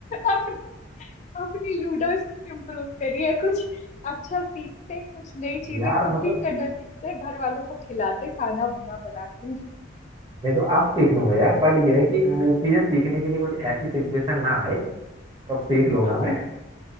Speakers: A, on the left (about 35°); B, on the right (about 25°).
A: अपनी अपनी लूडो स्किल इम्प्रूव करिए कुछ अच्छा सीखते कुछ नई चीजें
B: यार
A: कुकिंग
B: मतलब
A: करना सीखते घर वालों को खिलाते खाना बुना बना के
B: नहीं तो अब सीख लूंगा यार पर ये है कि हम्म। चीजें सीखने के लिए कुछ ऐसी सिचुएशन ना आए तो अब सीख लूंगा
A: हाँ
B: मैं